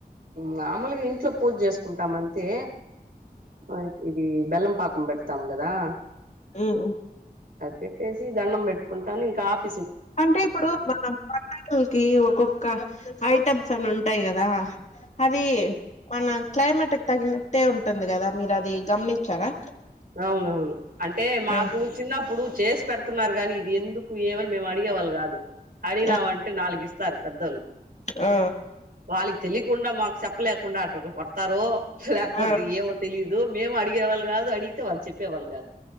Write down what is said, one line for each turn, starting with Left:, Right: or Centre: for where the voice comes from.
Right: మామూలుగా ఇంట్లో పూజ చేసుకుంటాము అంతే అయితే ఇది బెల్లం పాకం పెడతాం గదా.
Left: మ్ ఊ
Right: అది పెట్టేసి దండం పెట్టుకుంటాను. ఇంకా ఆపే
Left: అంటే ఇప్పుడు మనం పల్లకి ఒక్కొక్క ఐటమ్ సను ఉంటాయి. కదా అది మన క్లైమేటక్ తగినట్టే ఉంటుంది. కదా మీరు అది గమనించారా?
Right: అవునవును. అంటే మాకు
Left: ఆ
Right: చిన్నప్పుడు చేసి పెడుతున్నారు. కానీ ఇది ఎందుకు ఏమని మేము అడిగేవాళ్ళు కాదు. అడిగినామంటే
Left: ఆ
Right: నాలుగు ఇస్త చెప్తారు పెద్దోళ్ళు
Left: ఆ
Right: వాళ్ళకి తెలియకుండా మాకు చెప్పలేకుండా అట్టు కోడతారు లేకపోతే
Left: ఆ
Right: ఏమో తెలిదు మేము అడిగి ఇగవల్గా అయితే వాళ్ళు చెప్పేవాళ్ళు గాదు.